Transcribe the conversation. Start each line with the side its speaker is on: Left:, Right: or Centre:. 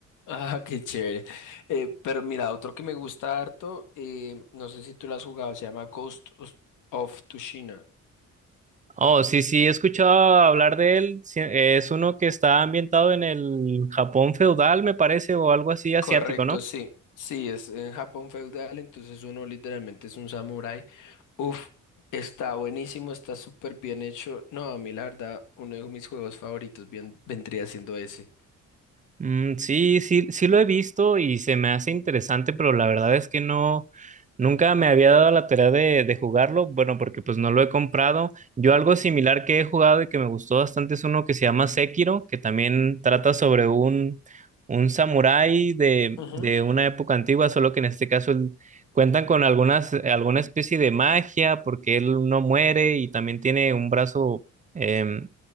Left: Ah, qué chévere. Eh, pero mira, otro que me gusta harto, eh, no sé si tú lo has jugado, se llama Ghost of of Tsushima.
Right: Oh, sí, sí, he escuchado hablar de él. Sí, Es uno que está ambientado en el Japón feudal, me parece, o algo así asiático,
Left: Correcto,
Right: ¿no?
Left: sí. Sí, es en Japón feudal, entonces uno literalmente es un samurái. Uf, está buenísimo, está súper bien hecho. No, a mí la verdad, uno de mis juegos favoritos bien, vendría siendo ese.
Right: Mm, sí, sí, sí lo he visto y se me hace interesante, pero la verdad es que no, nunca me había dado la tarea de, de jugarlo, bueno, porque pues no lo he comprado. Yo algo similar que he jugado y que me gustó bastante es uno que se llama Sekiro, que también trata sobre un, un samurái de,
Left: Ujú.
Right: de una época antigua, solo que en este caso él- cuentan con algunas, alguna especie de magia, porque él no muere y también tiene un brazo. em,